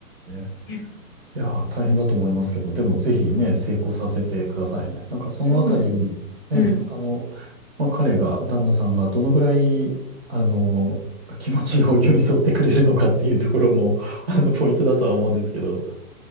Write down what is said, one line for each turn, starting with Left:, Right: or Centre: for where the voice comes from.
Right: え。
Left: <laughs>
Right: いやー、大変だと思いますけど、でもぜひね、成功させてくださいね。なんかそのあたり、
Left: そうですね。
Right: ね、
Left: う
Right: あの、まあ、彼が、旦那さんがどのぐらい、あの、気持ちを寄り添ってくれるのかっていうところも、あの、ポイントだとは思うんですけど。